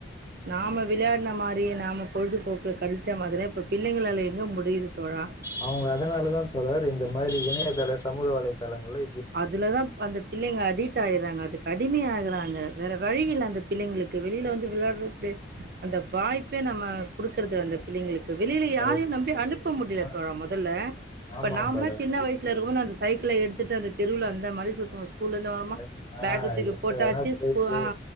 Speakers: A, on the right (about 55°); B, on the left (about 20°).
A: நாம விளையாடுன மாறி நாம பொழுதுபோக்கு கழிச்ச மாதிரி இப்ப பிள்ளைங்ளால எங்க முடியிது தோழா
B: அவுங்க அதனாலதா தோழர் இந்த மாறி இணையதள சமூக வலைதளங்கள்ல
A: அதுல தா அந்த பிள்ளைங்க அடிட் ஆயிறாங்க அதுக்கு அடிமை ஆகுறாங்க வேற வழியில்ல அந்த பிள்ளைங்களுக்கு வெளியில வந்து விளையாடு்றது பே அந்த வாய்ப்பே நம்ம குடுக்கறது
B: அதுதான்
A: அந்த பிள்ளைங்களுக்கு வெளியில
B: கரெக்ட்
A: யாரையு நம்பி
B: தான்
A: அனுப்ப முடியல
B: தோழர்.
A: தோழா மொதல்ல இப்ப
B: ஆமாம்
A: நாமலா
B: தொடர்
A: சின்ன வயசுல இருக்கும்போது அந்த சைக்கிள்ள எடுத்துட்டு அந்த தெருவுல அந்த மாறி சுத்துவோ ஸ்கூல இருந்து வரோமா
B: ஆ எங்க
A: பேக்க
B: ஆஹ்
A: தூக்கி
B: எங்க
A: போட்டாச்சு
B: வேணா போயிட்டு
A: ஸ்கூ அ